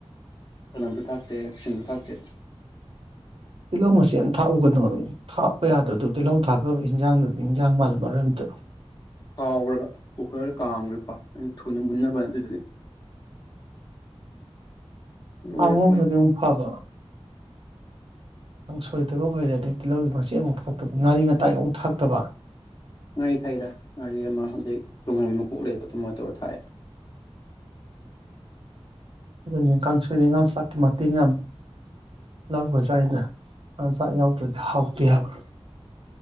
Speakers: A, on the left (about 40°); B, on the right (about 60°).
A: ꯄꯅꯝꯁꯨ ꯊꯥꯛꯇꯦ ꯁꯤꯡꯁꯨ ꯊꯥꯛꯇꯦ
B: ꯇꯤꯜꯍꯧ ꯃꯆꯦ ꯑꯃ ꯊꯥꯛꯎꯒꯗꯝ ꯑꯗꯨꯝ ꯊꯥꯛꯞꯄ ꯌꯥꯗ꯭ꯔꯣ ꯑꯗꯨ ꯇꯤꯜꯍꯧ ꯊꯥꯛꯇꯗꯕ ꯍꯤꯟꯖꯥꯡꯗꯨꯗꯤ ꯍꯤꯟꯖꯥꯡ ꯃꯥꯜꯂꯤ ꯃꯔꯣꯏ ꯑꯝꯇ
A: ꯀꯥꯎꯈ꯭ꯔꯕ ꯀꯨꯀꯔ ꯀꯈ꯭ꯔ ꯄ ꯑꯗꯨ ꯊꯨꯅ ꯃꯨꯟꯅꯕꯅꯦ ꯑꯗꯨꯗꯒꯤ ꯂꯣꯏꯔꯕ
B: ꯑꯛ
A: ꯄꯣꯠꯅꯤ
B: ꯈꯨꯗꯤꯡꯃꯛ ꯐꯕ ꯀꯥꯡ ꯁꯣꯏꯗꯕ ꯑꯣꯏꯔꯦ ꯑꯗꯩ ꯇꯤꯜꯍꯧꯁꯦ ꯃꯆꯦꯠ ꯑꯃꯨꯛ ꯊꯥꯛꯇꯕꯗꯤ ꯉꯥꯔꯤ ꯉꯥꯇꯥꯏꯒꯤ ꯑꯃꯨꯛ ꯊꯥꯛꯇꯕ
A: ꯉꯥꯔꯤ ꯊꯥꯏꯗ ꯉꯥꯔꯤ ꯑꯃ ꯍꯧꯖꯤꯛ ꯇꯣꯉꯥꯟꯕ ꯃꯀꯣꯛ ꯂꯩꯕꯣ ꯇ ꯃꯣ ꯇꯧ ꯊꯥꯏ
B: ꯑꯗꯨꯅꯤ ꯀꯥꯡꯁꯣꯏꯅꯤ ꯉꯥ ꯆꯥꯛꯀꯤ ꯃꯇꯦꯡ ꯌꯥꯝ ꯂꯧꯧꯕꯖꯥ ꯑꯅ ꯉꯥ ꯆꯥꯛ ꯌꯥꯎꯗ꯭ꯔꯗꯤ ꯍꯥꯎꯇꯦ ꯍꯥꯏꯕ